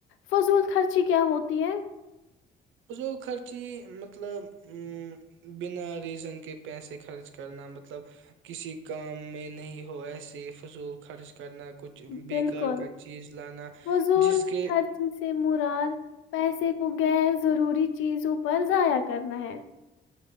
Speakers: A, on the left (about 80°); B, on the right (about 80°).
A: فضول خرچی <unintelligible>
B: فضول خرچی مطلب ا بنا ریزن کے پیسے خرچ کرنا مطلب کسی کام میں نہیں ہو ایسے فضول خرچ کرنا کچھ
A: بالکل
B: بیکار کا چیز لانا
A: فضول
B: جس کے
A: خرچی سے مراد پیسے کو گغیر ضروری چیزوں پر ضائع کرنا ہے